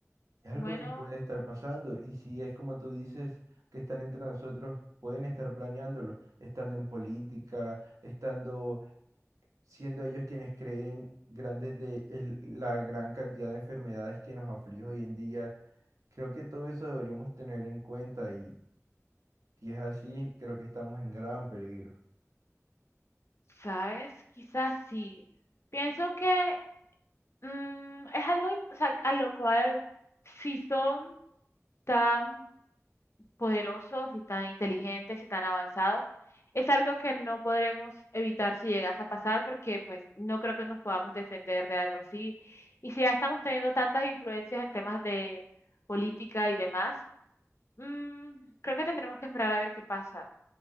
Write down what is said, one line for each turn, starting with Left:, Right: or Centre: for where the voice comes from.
Right: es algo
Left: Bueno.
Right: que puede estar pasando. Y si es como tú dices, que están entre nosotros, pueden estar planeándolo, estando en política, estando siendo ellos quienes creen grandes de el- la gran cantidad de enfermedades que nos aflige hoy en día. Creo que todo eso deberíamos tener en cuenta y si es así, creo que estamos en gran peligro.
Left: ¿Sabes? Quizás sí. Pienso que mm, es algo in- o sea, a lo cual si son tan poderosos y tan inteligentes y tan avanzados, es algo que no podremos evitar si llegase a pasar porque pues no creo que nos podamos defender de algo así. Y si ya estamos teniendo tantas influencias en temas de política y demás, mm, creo que tendremos que esperar a ver qué pasa.